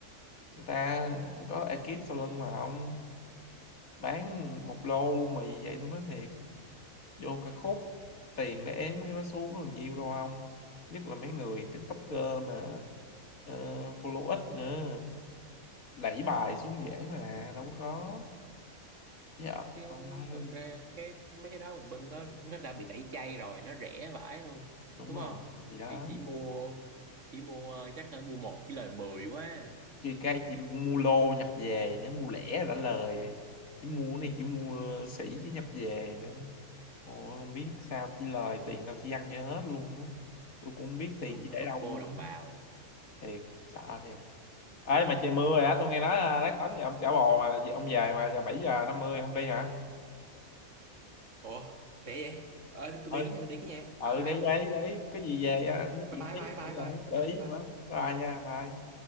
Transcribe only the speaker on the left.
người ta có ekip sau lưng mà ông bán một lô mì vậy tôi nói thiệt vô cả khúc tiền để ém cái đó xuống còn nhiều đâu ông nhất là mấy người TikToker mà ờ, follow ít nữa đẩy bài xuống dễ mà đâu có khó dạ
con ơi
đúng
rồi
gì đó
chứ cái chỉ mua lô nhập về nữa mua lẻ đã lời chỉ mua cái này chỉ mua ờ, sỉ chứ nhập về nữa Ồ, không biết sao chỉ lời tiền đâu chỉ ăn cho hết luôn đó. Tôi cũng không biết tiền
chỉ
để
đâu luôn
thiệt sợ thiệt ấy mà trời mưa rồi á tôi nghe nói là lát tắm nhà ông chả bò mà về- ông về mà giờ bảy giờ năm mươi không đi hả
ơi
ừ
đấy
đấy đấy có gì về á, nói chuyện
tiếp
nữa
rồi
để
ý luôn
đó bye nha bye